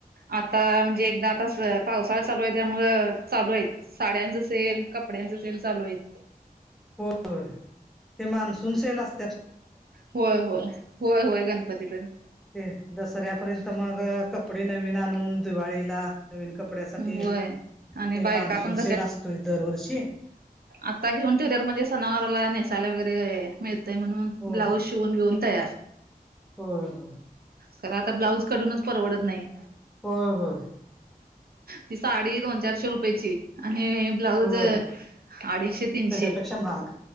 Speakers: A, on the right; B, in the centre.
A: आता म्हणजे एकदा कसं पावसाळा चालू आहे त्यामुळं चालू आहेत. साड्यांच सेल कपड्यांच सेल चालू आहेत.
B: होय ते मान्सून सेल अस
A: होय होय होय होय गणपती पण
B: ते दसऱ्यापर्यंत मग कपडे नवीन आणून दिवाळीला नवीन कपड्यासाठी
A: होय
B: ते
A: आणि बायका
B: मान्सून
A: पण
B: सेल असतोय दरवर्षी
A: आत्ता घेऊन ठेवत्यात म्हणजे सणावराला नेसायला वगैरे मिळतंय म्हणून
B: हो
A: ब्लाऊज शिवून बिऊन तयार
B: हो हो.
A: खरं आता ब्लाऊज काढूनच परवडत नाही.
B: होय होय.
A: ती साडी दोन चारशे रुपयेची आणि ब्लाऊज
B: होय
A: अडीचशे तीनशे
B: त्याच्यापेक्षा महाग.